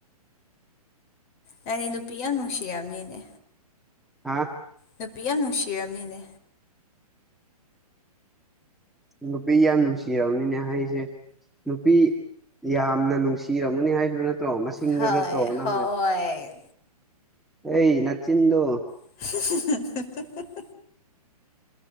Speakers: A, on the left; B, in the centre.
A: <unintelligible> ꯅꯨꯄꯤ ꯌꯥꯝ ꯅꯨꯡꯁꯤꯔꯝꯅꯤꯅꯦ
B: ꯍꯥꯥ
A: ꯅꯨꯄꯤ ꯌꯥꯝ ꯅꯨꯡꯁꯤꯔꯝꯅꯤꯅꯦ
B: ꯅꯨꯄꯤ ꯌꯥꯝ ꯅꯨꯡꯁꯤꯔꯝꯅꯤꯅꯦ ꯍꯥꯏꯁꯦ ꯅꯨꯄꯤ ꯌꯥꯝꯅ ꯅꯨꯡꯁꯤꯔꯝꯒꯅꯤ ꯍꯥꯏꯕ ꯅꯠꯇ꯭ꯔꯣ ꯃꯁꯤꯡꯗ
A: ꯍꯣꯏ
B: ꯅꯠꯇ꯭ꯔꯣ ꯅꯪ ꯍꯥꯏ
A: ꯍꯣꯏ
B: ꯑꯩ ꯅꯆꯤꯟꯗꯣ
A: <inaudible>